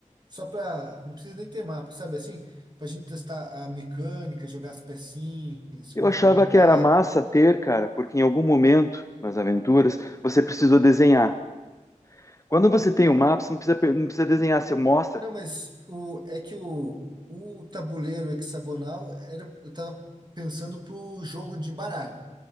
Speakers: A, on the right; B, on the left.
A: Só para, não precisa nem ter mapa, sabe assim? Pra gente testar a mecânica, jogar as pecinhas,
B: Eu
A: como
B: achava
A: é que vai andar.
B: que era massa ter, cara, porque em algum momento nas aventuras você precisou desenhar. Quando você tem o mapa, você não precisa, pe- não precisa desenhar, você mostra.
A: Não, mas o é que o, o tabuleiro hexagonal era eu tava pensando pro jogo de baralho,